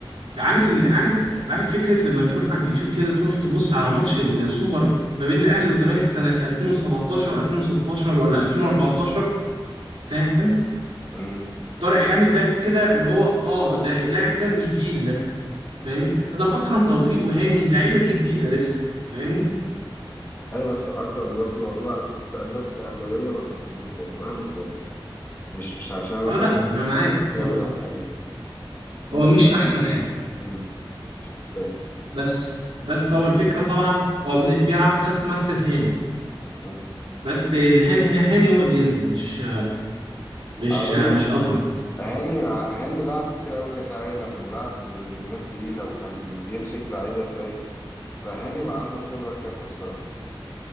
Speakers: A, on the right; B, on the left.
A: عارف ال... عارف عارف فكره لما تروح على اليوتيوب كده تروح تبص على ماتش السوبر ما بين الاهلي والزمالك سنه 2017 2016 ولا 2014 فاهم
B: مم.
A: طارق حامد ده كده اللي هو اه ده اللاعب ده من الجيل ده فاهمني ده اكرم توفيق وهاني اللعيبه دي جديده لسه فاهمني
B: ايوه بس اكرم برضو والله العظيم انت الناس كاهلاويه ما بتحبوش والله بحلف والله مش مش عشان أنا
A: اه
B: مثلا
A: لا انا معاك
B: زملكاوي
A: هو
B: او حاجه في
A: هو
B: ناس
A: مش
B: كتير
A: احسن حاجه
B: امم مش حباه
A: بس بس هو الفكره طبعا هو بن- بيلعب في نفس مركز هاني
B: امم
A: بس الهاني هاني هو اللي ينزل مش مش
B: اقول
A: مش
B: لك
A: اقرب
B: ليه هاني هاني لعب كتير قوي كاس عالم ولعب ضد ناس تقيله وكان بيمسك لعيبه تقال فهاني بقى عنده الخبره الكافيه الصراحه